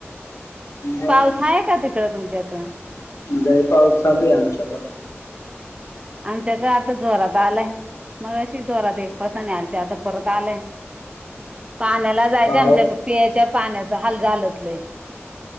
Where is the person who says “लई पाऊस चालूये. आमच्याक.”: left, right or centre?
Left